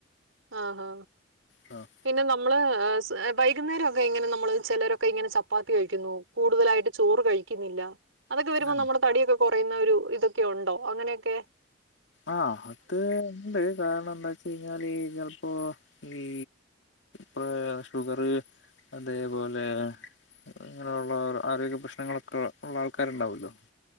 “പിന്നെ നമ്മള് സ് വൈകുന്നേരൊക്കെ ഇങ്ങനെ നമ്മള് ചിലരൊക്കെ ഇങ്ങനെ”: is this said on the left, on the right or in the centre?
Right